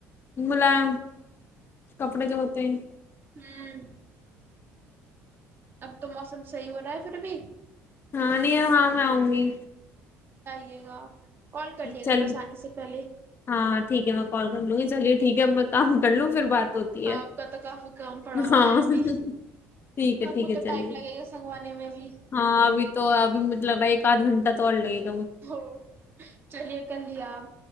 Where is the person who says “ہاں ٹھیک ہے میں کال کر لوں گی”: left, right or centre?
Left